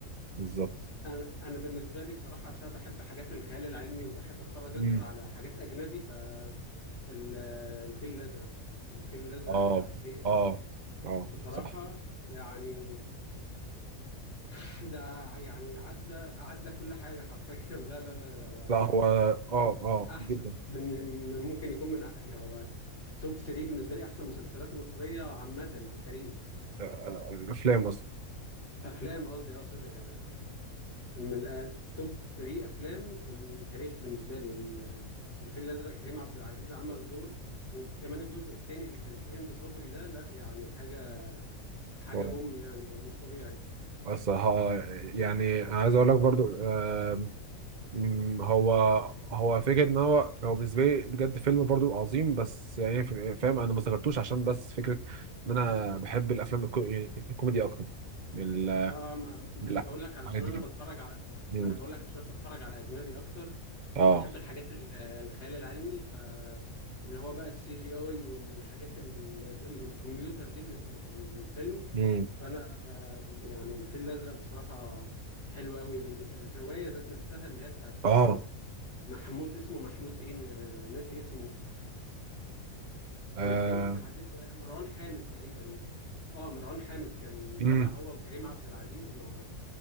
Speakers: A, on the right (about 35°); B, on the left (about 50°).
A: بالظبط
B: انا انا بالنسبه لي بصراحه عشان بحب حاجات الخيال العلمي وبحب اتفرج اكتر
A: امم
B: على حاجات اجنبي فالفيل الازرق الفيل الازرق
A: اه
B: يا حسين
A: اه اه
B: بصراحه
A: صح
B: يعني <sighs> ده يعني عدى عدى كل حاجه حرفيا <laughs> لا لا لا لا هو
A: لا هو اه اه
B: احسن
A: جدا
B: من من- ممكن يكون من يعني هو توب 3 بالنسبه لي احسن مسلسلات مصريه عامه في التاريخ
A: آه، آه، افلام اصلا
B: افلام قصدي اه سوري آه، من آه، توب 3 افلام في التاريخ بالنسبه لي ال- الفيل الازرق كريم عبد العزيز عمل دور وكمان الجزء الثاني اللي كان فيه هند صبري ده لا يعني حاجه حاجه
A: اه
B: بوم يعني مش طبيعي
A: الصراحه يعني انا عايز اقول لك برضو آم، مم، هو هو فكره ان هو هو بالنسبه لي بجد فيلم برضو عظيم بس يعني في- فاهم انا ما ذكرتوش عشان بس فكره ان انا بحب الافلام الكو... يعني الكوميدي اكتر من ال-
B: اه ما ما
A: من
B: انا بقول لك علشان
A: الحاجات
B: انا
A: دي كده
B: بتفرج على
A: مم.
B: ما انا بقول لك عشان انا بتفرج على اجنبي اكتر
A: اه
B: وبحب الحاجات ال- الخيال العلمي ف اللي هو بقى السي جي اي والحاجات ال- اللي بالكمبيوتر دي اللي بتبقى في الفيلم
A: مم.
B: فانا آه، يعني الفيل الازرق بصراحة حلو قوي والرواية ذات نفسها اللي هي بتاعت
A: اه
B: آه، محمود اسمه محمود ايه آه، ناسي اسمه كان
A: آه.
B: كريم عبد العزيز آه، مروان حامد تقريبا اه مروان حامد كان
A: مم.
B: طالع هو وكريم عبد العزيز مع